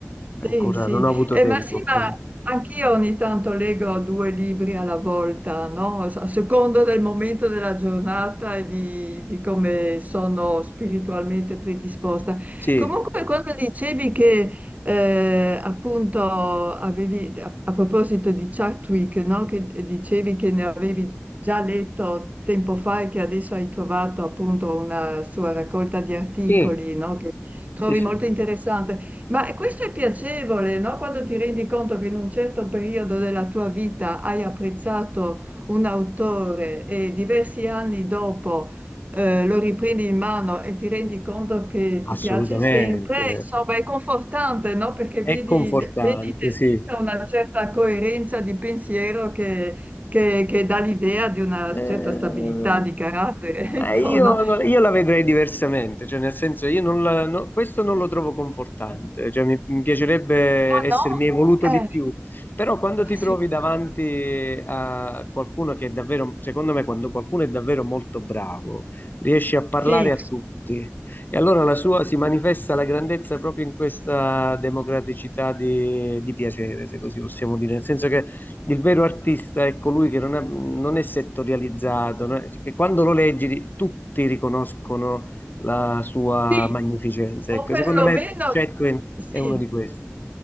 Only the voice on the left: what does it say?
ancora
non ho avuto
tempo.
Eh,
Sì,
sì,
sì, sì,
assolutamente.
È
confortante,
sì.
Eh,
ma io,
no, io la vedrei diversamente, cioè nel senso io non la- no- questo non lo trovo confortante, cioè mi, mi piacerebbe
essermi
evoluto di
più, però quando ti
trovi
davanti a qualcuno che è davvero, secondo me quando qualcuno è davvero molto bravo, riesce a parlare
a tutti e allora la sua si manifesta la grandezza proprio in questa democraticità di, di piacere, se così possiamo dire, nel senso che il vero artista è colui che non è, non è settorializzato, non è- che quando lo leggi tutti riconoscono la sua
magnificenza.
Ecco,
secondo me Chatwin
è uno di questi.